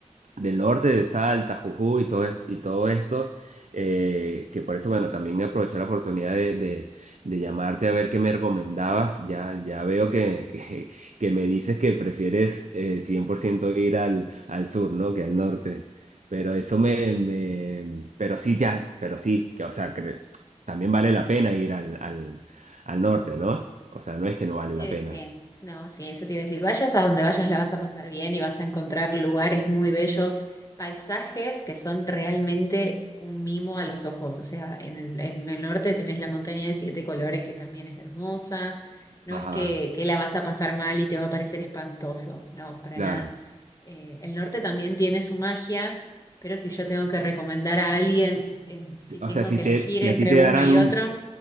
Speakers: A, on the right; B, on the left.
A: del norte, de Salta, Jujuy y todo, es- y todo esto, eh, que por eso, bueno, también aprovechar la oportunidad de, de de llamarte a ver qué me recomendabas. Ya, ya veo que, <laughs> que me dices que prefieres eh, 100% ir al, al sur, ¿no? Que al norte. Pero eso me, me- Pero sí, ya, pero sí, que, o sea, cre- también vale la pena ir al, al, al norte, ¿no? O sea, no es que no vale
B: Eh,
A: la pena.
B: sí, no, sí, eso te iba a decir. Vayas a donde vayas, la vas a pasar bien y vas a encontrar lugares muy bellos, paisajes que son realmente un mimo a los ojos. O sea, en el, en el norte tenés la montaña de siete colores que también es hermosa. No
A: Ajá,
B: es que, que la vas a pasar mal y te va a parecer espantoso, no, para
A: claro.
B: nada. Eh, el norte también tiene su magia, pero si yo tengo que recomendar a alguien, en-
A: Si-
B: si
A: O
B: tengo
A: sea, si
B: que
A: te,
B: elegir
A: si
B: entre
A: a ti te
B: uno
A: darán,
B: y otro,